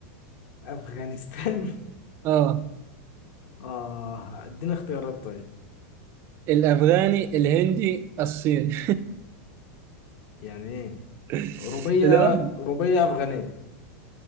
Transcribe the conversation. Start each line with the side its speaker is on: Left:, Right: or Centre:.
Left: افغانستان <laughs>
Right: اه
Left: اه اديني اختيارات طيب
Right: الأفغاني الهندي الصيني
Left: يعني ايه
Right: <laughs>
Left: روبية
Right: الأم
Left: روبية افغانية